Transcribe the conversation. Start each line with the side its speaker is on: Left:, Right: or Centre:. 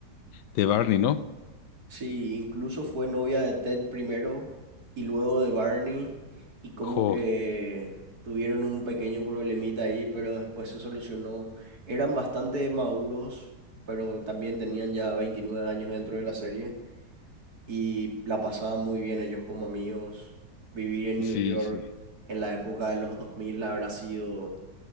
Left: de Barney, ¿no?
Right: Sí, incluso fue novia de Ted primero y luego de Barney y como
Left: Jo,
Right: que tuvieron un pequeño problemita ahí, pero después se solucionó. Eran bastante maduros, pero también tenían ya 29 años dentro de la serie y la pasaban muy bien ellos como amigos. Vivir en New
Left: sí,
Right: York
Left: sí.
Right: en la época de los 2000 habrá sido